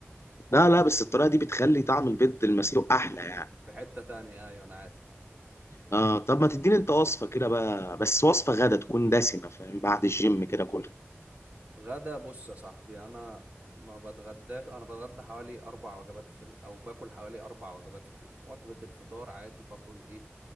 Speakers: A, on the left; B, on the right.
A: لا لا بس الطريقه دي بتخلي طعم البيض المسلوق احلى يعني
B: في حتة تانية أيوة أنا عارف
A: اه طب ما تديني انت وصفه كده بقى بس وصفه غدا تكون دسمه فاهم بعد الجيم كده كلها
B: غدا بص يا صاحبي أنا ما بتغداش أنا بتغدى حوالي أربع وجبات في ال... أو باكل حوالي أربع وجبات في اليوم وجبة الفطار عادي باكل إيه